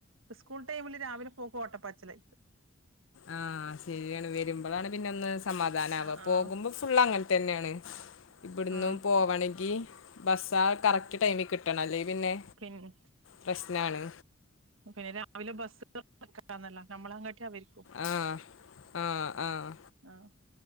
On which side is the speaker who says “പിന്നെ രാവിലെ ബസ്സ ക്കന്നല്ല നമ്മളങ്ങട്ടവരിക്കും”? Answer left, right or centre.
Right